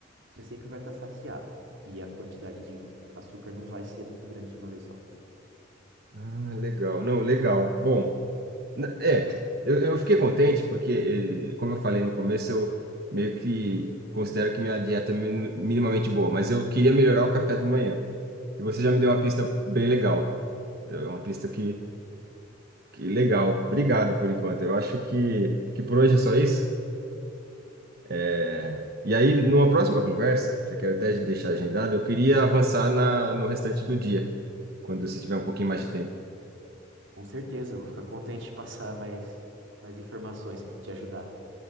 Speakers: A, on the right; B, on the right.
A: você sempre vai estar saciado. E a quantidade de açúcar não vai ser muito grande de uma vez só.
B: Ah, legal, não, legal. Bom, na- é, eu, eu fiquei contente porque, eh, como eu falei no começo, eu meio que considero que minha dieta é minu- minimamente boa, mas eu queria melhorar o café da manhã. E você
A: Uhum.
B: já me deu uma pista bem legal, é uma pista que Que legal. Obrigado por enquanto. Eu acho que, que por hoje é só isso. É, E aí, numa próxima conversa, já quero até deixar agendado, eu queria avançar na, no restante do dia, quando você tiver um pouquinho mais de tempo.
A: Com certeza, eu vou ficar contente de passar <laughs> mais, mais informações, te ajudar.